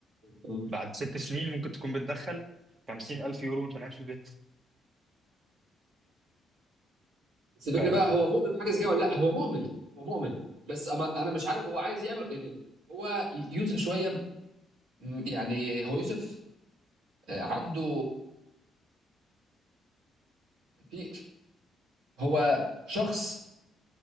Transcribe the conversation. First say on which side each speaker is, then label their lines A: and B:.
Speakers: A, on the right (about 85°); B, on the right (about 35°).
A: مم.
B: بعد ست سنين ممكن تكون بتدخل 50000 يورو وانت نايم في البيت
A: بس الفكره
B: فاهم
A: بقى هو مؤمن بحاجه زي كده ولا لا هو مؤمن هو مؤمن بس أما انا مش عارف هو عايز يعمل يعني هو يوسف شويه م- يعني هو يوسف آه، عنده في هو شخص